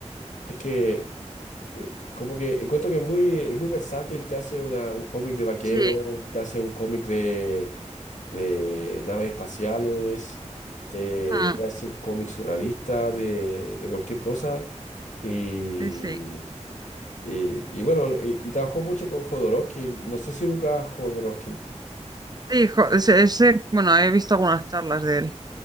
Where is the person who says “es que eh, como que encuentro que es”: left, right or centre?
Left